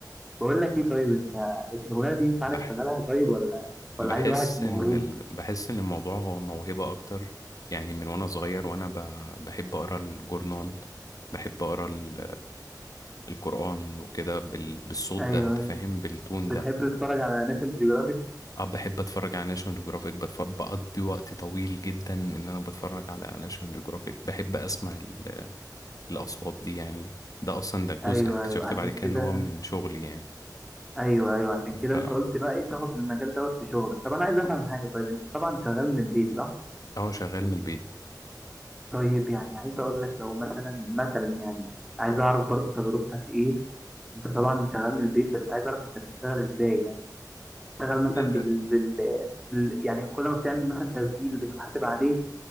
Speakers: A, in the centre; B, on the left.
A: بقول لك ايه طيب انت الشغلانة دي ينفع
B: بح
A: انا اشتغلها طيب ولا ولا
B: بحس
A: عايز واحد موهوب
B: ان ال... بحس ان الموضوع هو موهبة اكتر يعني من وانا صغير وانا ب... بحب اقرا الجورنان بحب اقرا ال... القرآن وكده بال... بالصوت
A: ايوه
B: ده انت
A: ايوه
B: فاهم بالتون
A: بتحب
B: ده
A: تتفرج على ناشونال جيوغرافيك
B: اه بحب اتفرج على ناشونال جيوغرافيك بتف... بقضي وقت طويل جدا ان انا بتفرج على ناشونال جيوغرافيك بحب اسمع ال... الاصوات دي يعني ده اصلا ده جزء
A: ايوه
B: اكتشفت
A: ايوه عشان
B: بعد كده
A: كده
B: ان هو من شغلي يعني
A: ايوه ايوه عشان كده
B: ف
A: انت قلت بقى ايه تاخد المجال دوت في شغلك طب انا عايز افهم حاجة طيب انت طبعا شغال من البيت صح
B: اه شغال من البيت
A: طيب يعني عايز اقول لك لو مثلا مثلا يعني عايز اعرف برضو تجربتك ايه انت طبعا شغال من البيت بس عايز اعرف انت بتشتغل ازاي يعني بتشتغل مثلا
B: إيه،
A: بال... بال... بال... يعني كل ما بتعمل مثلا تسجيل بتحاسب عليه